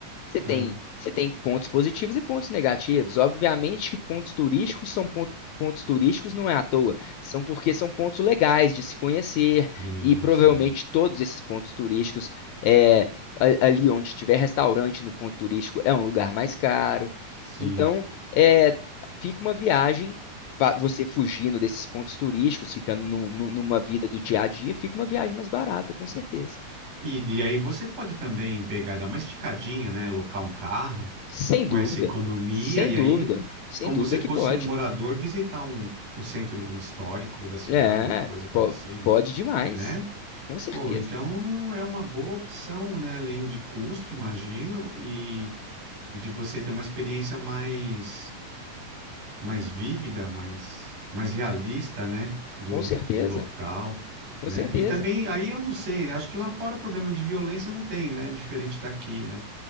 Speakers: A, on the left (about 75°); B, on the right (about 80°).
A: Você tem,
B: Ah,
A: você tem pontos positivos e pontos negativos. Obviamente que pontos turísticos são pon- pontos turísticos não é à toa, são porque são pontos legais de se conhecer
B: Sim,
A: e provavelmente
B: sim,
A: todos esses pontos turísticos é, a- ali onde tiver restaurante no ponto turístico é um lugar mais caro.
B: sim.
A: Então, é, fica uma viagem fa- você fugindo desses pontos turísticos, ficando no- no- numa vida do dia a dia, fica uma viagem mais barata, com certeza.
B: E, e aí você pode também pegar, dar uma esticadinha, né? Alocar um carro
A: Sem
B: com
A: dúvida,
B: essa economia
A: sem
B: e
A: dúvida,
B: aí,
A: sem
B: como
A: dúvida
B: você fosse
A: que pode.
B: um morador, visitar um, o centro histórico da cidade
A: É,
B: ou coisa parecida,
A: po- pode demais.
B: né?
A: Com certeza,
B: Pô, então é uma boa opção, né? Além de custo, imagino, e, e de você ter uma experiência mais, mais vívida, mais, mais realista, né? Do,
A: com certeza,
B: do local,
A: com
B: né?
A: certeza.
B: E também, aí eu não sei, né? Acho que lá fora problema de violência não tem, né? Diferente daqui, né?